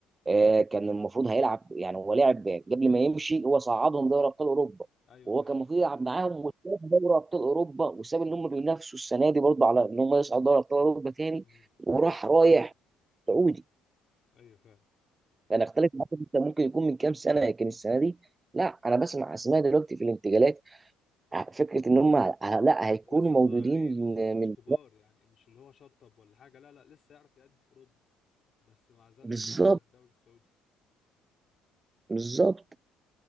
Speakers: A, on the right (about 30°); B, on the left (about 50°).
A: آه، كان المفروض هيلعب يعني هو لعب قبل ما يمشي هو صعدهم دوري ابطال اوروبا
B: ايوه
A: وهو
B: فعلا
A: كان المفروض يلعب معاهم وساب دوري ابطال اوروبا وساب ان هم بينافسوا السنه دي برضه على ان هم يصعدوا دوري ابطال اوروبا تاني
B: مم.
A: وراح رايح سعودي
B: ايوه فعلا
A: انا اختلف معاك انت ممكن يكون من كام سنه لكن السنه دي لا انا بسمع اسماء دلوقتي في الانتقالات فكره ان هم ه- لا هيكونوا
B: ولسه
A: موجودين
B: صغيرين لسه مش
A: من
B: كبار يعني مش اللي هو شطب ولا حاجه لا لا لسه يعرف يأدي في اوروبا بس مع ذلك
A: بالظبط
B: راح الدوري السعودي
A: بالظبط